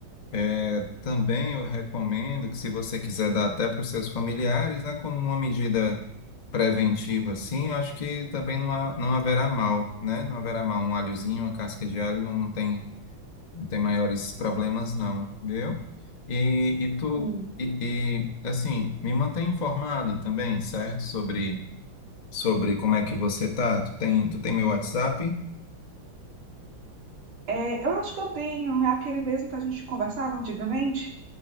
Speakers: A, on the left; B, on the right.
A: É, também eu recomendo que, se você quiser dar até para os seus familiares, né, como uma medida preventiva, assim, eu acho que também não, há- não haverá mal, né? Não haverá mal. Um alhozinho, uma casca de alho não tem, não tem maiores problemas, não, viu? E, e tu,
B: Sim.
A: e, e, assim, me mantém informado também, certo? Sobre, sobre como é que você tá. Tu tem, tu tem meu WhatsApp?
B: É, eu acho que eu tenho, é aquele mesmo que a gente conversava antigamente.